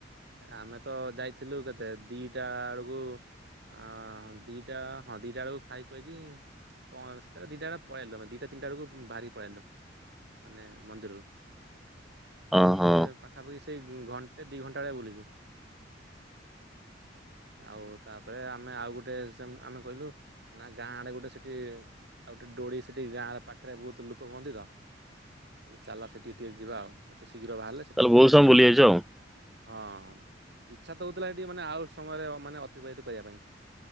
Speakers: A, on the right; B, in the centre.
A: ଆମେ ତ ଯାଇଥିଲୁ କେତେ ଦିଟା ବେଳକୁ ଅ ଦିଟା ହଁ ଦିଟା ବେଳକୁ ଖାଇ କହିକି ପ ସେବାରେସେଟାରେ ଦିଟା ବେଳେ ପଳେଇଲୁ ମାନେ ଦିଟା ତିନିଟା ବେଳକୁ ବାହାରିକି ପଳାଇଲୁ। ମାନେ ମନ୍ଦିରରୁ।
B: ଓହୋ।
A: ଆମେ ପାଖାପାଖି ସେଇ ଗୁ ଘଣ୍ଟେ ଦୁଇ ଘଣ୍ଟା ଭଳିଆ ବୁଲିଲୁ। ଆଉ ତାପରେ ଆମେ ଆଉ ଗୋଟେ ସେ ଆମେ କହିଲୁ ନା ଗାଁ ଆଡେ ଗୋଟେ ସେଠି ଆଉ ଗୋଟେ ଡୋଳି ସେଠି ଗାଁ ପାଖରେ ବହୁତ ଲୋକ ହୁଅନ୍ତି ତ। କହିଲି ଚାଲ ସେଠିକି ଟିକେ ଯିବା ଆଉ। ଏତେ ଶୀଘ୍ର ବାହାରିଲେ ସେଠି
B: ତାହେଲେ ବହୁତ ସମୟ ବୁଲି ଯାଇଛ ଆଉ
A: ହଁ ହଁ ଇଚ୍ଛା ତ ହଉଥିଲା ଏଠି ମାନେ ଆଉ ସମୟରେ ମାନେ ଅତିବାହିତ କରିବା ପାଇଁ।